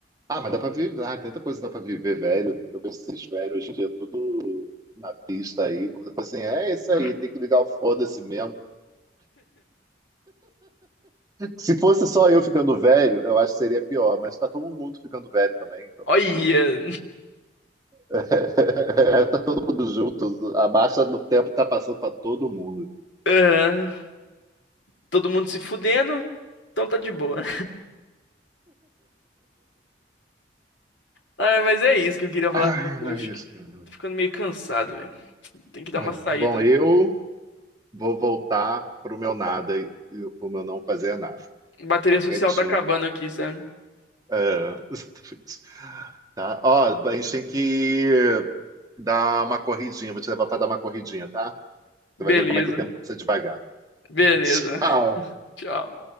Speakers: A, on the right; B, on the left.
A: Ah, mas dá pra viver. Ah, tanta coisa dá pra viver, velho. Eu vejo esses velhos hoje em dia tudo na pista aí. Coisa assim, é isso
B: <laughs>
A: aí, tem que ligar o foda-se mesmo. Se fosse só eu ficando velho, eu acho que seria pior, mas tá todo mundo ficando velho também, então,
B: Olha,
A: tipo. <laughs> tá todo mundo junto. A marcha do tempo tá passando pra todo mundo.
B: aham, todo mundo se fudendo, então tá de boa. Ah, mas é isso que eu queria falar
A: Ai,
B: com você
A: não
B: hoje.
A: é isso, cara.
B: Tô ficando meio cansado, velho. Tem que dar
A: É.
B: uma saída.
A: Bom, eu vou voltar pro meu nada e e pro meu não fazer nada.
B: Bateria
A: Ficar
B: social
A: quietinho.
B: tá acabando aqui, sabe?
A: É, <laughs> exatamente. Tá? Ó, a gente tem que dar uma corridinha. Vou te levar para dar uma corridinha, tá?
B: Beleza,
A: Você vai ver como é que o tempo passa devagar.
B: beleza.
A: <laughs> Tchau.
B: Tchau.